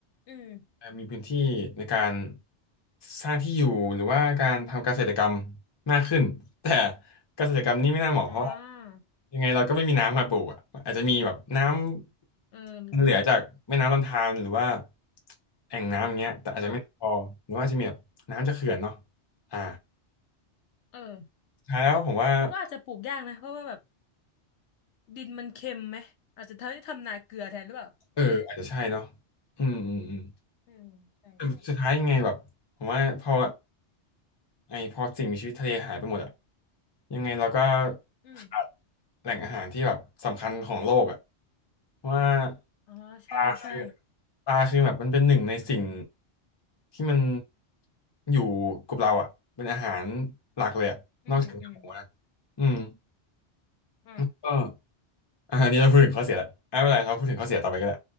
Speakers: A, on the left; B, on the left.
A: อืม
B: เอ่อมีพื้นที่ในการสร้างที่อยู่หรือว่าการทำเกษตรกรรมมากขึ้น <laughs> แต่เกษตรกรรมนี่ไม่น่าเหมาะเพราะว่า
A: อ่า
B: ยังไงเราก็ไม่มีน้ำมาปลูกอ่ะอาจจะมีแบบน้ำเหลือจากแม่น้ำลำธารหรือว่า
A: เออ
B: แอ่งน้ำอย่างเงี้ยแต่อาจจะไม่พอหรือว่าจะมีแบบน้ำจากเขื่อนเนาะ
A: อ่ะ
B: อ่า
A: เออ
B: สุดท้ายแล้วผมว่า
A: แล้วก็อาจจะปลูกยากนะ เพราะว่าแบบดินมันเค็มไหม อาจจะทำให้ทำนาเกลือแทนหรือเปล่า
B: เอออาจจะใช่เนาะอืมอืมอืม
A: อืม ใช่ใช่
B: แต่สุดท้ายยังไงแบบผมว่าพอ ไอพอสิ่งมีชีวิตทะเลหายไปหมดอะยังไงเราก็
A: อืม
B: ขาดแหล่งอาหารที่แบบสำคัญของโลกอะเพราะว่า
A: อ๋อ ใช่ใช่
B: ปลาคือปลาคือแบบมันเป็นหนึ่งในสิ่งที่มันอยู่กับเราอะเป็นอาหารหลักเลยอะนอกจากเนื้อหมูนะ
A: อืม อืม
B: อืม
A: อ่า
B: ก็อะอันนี้เราพูดถึงข้อเสียแล้วไม่เป็นไรเราพูดถึงข้อเสียต่อไปก็ได้